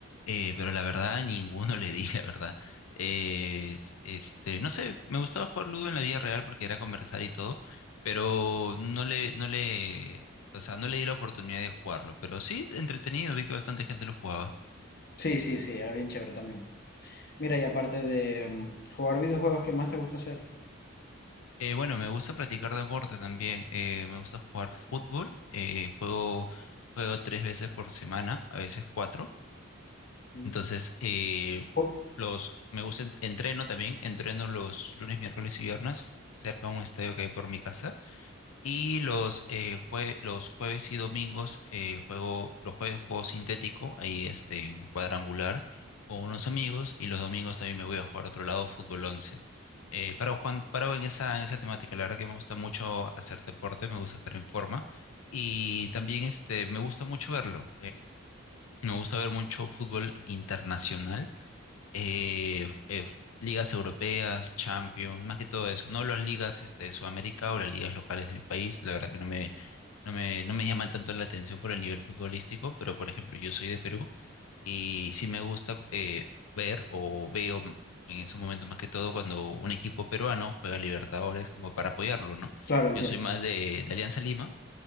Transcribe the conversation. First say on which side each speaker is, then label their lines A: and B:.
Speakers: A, on the left; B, on the left.
A: eh, pero la verdad <laughs> ninguno le di, <laughs> la verdad. Eh, es- este, no sé, me gustaba jugar Ludo en la vida real porque era conversar y todo, pero no le, no le, o sea, no le di la oportunidad de jugarlo. Pero sí, entretenido, vi que bastante gente lo jugaba.
B: Sí, sí, sí, era bien chévere también. Mira, y aparte de mm, jugar videojuegos, ¿qué más te gusta hacer?
A: Eh, bueno, me gusta practicar deporte también. eh, me gusta jugar fútbol. eh, juego, juego tres veces por semana, a veces cuatro.
B: Mm.
A: Entonces, eh,
B: Ju-
A: los, me gusta, en- entreno también, entreno los lunes, miércoles y viernes ju- cerca de un estadio que hay por mi casa. Y los, eh, jue- los jueves y domingos eh, juego, los jueves juego sintético, ahí este, un cuadrangular con unos amigos. Y los domingos también me voy a jugar a otro lado, fútbol once Eh, paro, juan- paro en esa, en esa temática, la verdad que me gusta mucho hacer deporte, me gusta estar en forma. Y también este, me gusta mucho verlo. Me gusta ver mucho fútbol internacional, eh, eh, ligas europeas, Champions, más que todo eso. No las ligas este, de Sudamérica o las ligas locales de mi país, la verdad que no me, no me, no me llaman tanto la atención por el nivel futbolístico, pero por ejemplo yo soy de Perú y sí me gusta eh, ver o veo m- en esos momentos más que todo cuando un equipo peruano juega Libertadores como para apoyarlo, ¿no?
B: Claro, entiendo.
A: Yo soy más de, de Alianza Lima